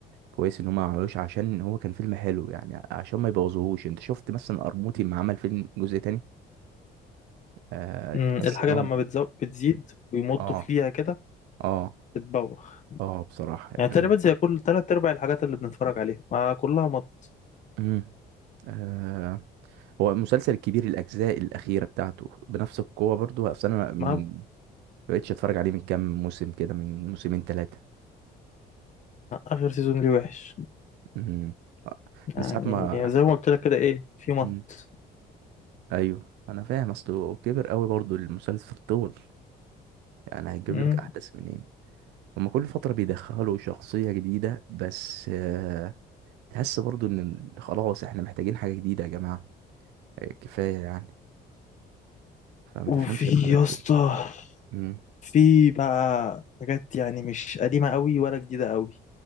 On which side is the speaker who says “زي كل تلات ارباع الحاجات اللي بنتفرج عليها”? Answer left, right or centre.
Left